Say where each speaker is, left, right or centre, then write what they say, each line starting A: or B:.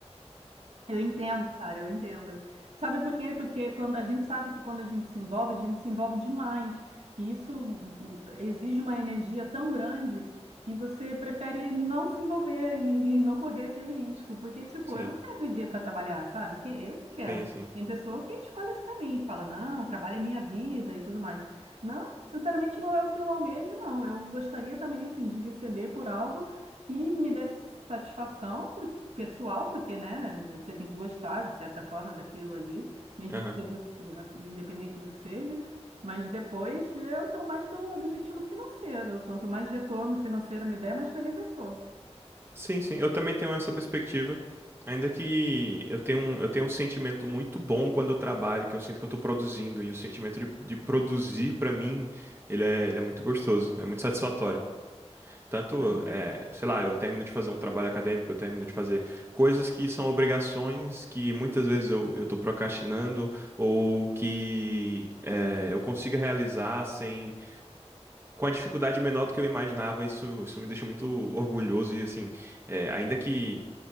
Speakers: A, on the right (about 70°); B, on the right (about 20°).
A: Eu entendo, cara, eu entendo. Sabe por quê? Porque quando a gente sabe que quando a gente se envolve, a gente se envolve demais. E isso hum, hum, exige uma energia tão grande que você prefere não se envolver <laughs> e, e não correr aquele risco. Porque, tipo,
B: Sim,
A: eu não quero viver para trabalhar, sabe? Quem- Eu quero.
B: sim, sim.
A: Tem pessoa que escolhe esse caminho, que fala, não, trabalho é minha vida e tudo mais. Não, sinceramente, não é o que eu almejo, não. Eu gostaria também, assim, de receber por algo que me desse satisfação, pessoal, porque, né, você tem que gostar, de certa forma, daquilo ali, mesmo
B: Aham.
A: que seja uh, independente do que seja, mas depois eu estou mais pelo objetivo financeiro. Quanto mais retorno financeiro me der, mais feliz eu sou.
B: Sim, sim, eu também tenho essa perspectiva. Ainda que eu tenho um, eu tenho um sentimento muito bom quando eu trabalho, que eu sinto que eu estou produzindo, e o sentimento de, de produzir, para mim, ele é, ele é muito gostoso, é muito satisfatório. Tanto,
A: Ai.
B: é, sei lá, eu termino de fazer um trabalho acadêmico, eu termino de fazer coisas que são obrigações que muitas vezes eu, eu estou procrastinando, ou que é, eu consiga realizar sem, com a dificuldade menor do que eu imaginava, isso, isso me deixa muito orgulhoso, e assim, é, ainda que.